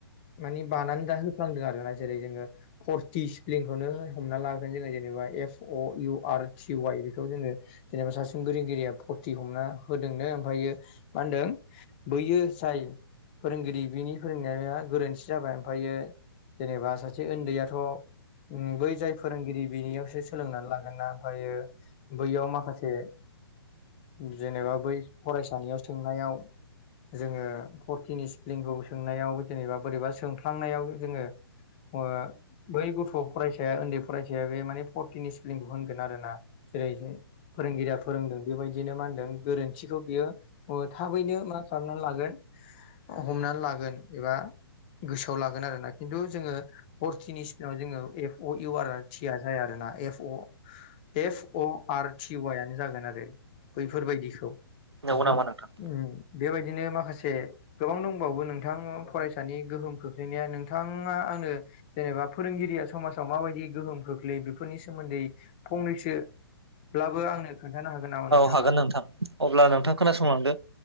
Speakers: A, on the left (about 25°); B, on the right (about 80°).
A: माने बानानै दा होफ्लांदों आरोना जेरै जोङो फरटि स्प्लिनखौनो हमना लाबोगोन जोङो जेनेबा F O U R T Y बेखौ जोङो जेनेबा सासिन फोरोंगिरिया फरथि हमना होदोंनो मा होनदों बैयो जाय फोरोंगिरि बिनि फोरोंनाया गोरोन्थि जाबाय ओमफायो जेनेबा सासे उन्दैयाथ ओम बै जाय फोरोंगिरि बिनियावसो सोलोंनानै लागोन ना ओमफ्रायो बैयाव माखासे जे जेनेबा बै सानियाव सोंनायाव जोङो फरटिनि स्पेलिंखौ सोंनायाव जेनेबा बोरैबा सोंफ्लांनायाव जोङो ओ बै गथ' फरायसाया ओन्दै फरायसाया बे माने फरटिनि स्पेलिंखौ होनगोन आरोना जेरै जों दा फोरोंगिरिया फोरोंदों बेबायदिनो मा होनदों गोरोन्थिखौ ओ थाबैनो मा खालामनानै लागोन हमनानै लागोन एबा गोसोआव लागोन आरोना खिन्थु जोङो फरथिनि सिगाङाव जोङो F O U R R T आ जाया आरोना F O F O R टिवायानो जागोन आरो बैफोरबायदिखौ
B: नंगौ
A: ओमफाय
B: नामा नोंथां?
A: ओम बेबायदिनो माखासे गोबां दंबावो नोंथां फरायसानि गोहोम खोख्लैनाया नोंथाङा आंनो जेनेबा फोरोंगिरिया समाजाव माबायदि गोहोम खोख्लैयो बेफोरनि सोमोन्दै फंनैसो ब्लाबो आंनो खोन्थानो हागोन नामा
B: औ
A: नोंथाङा
B: हागोन नोंथां अब्ला
A: <unintelligible>
B: नोंथां खोनासंलांदो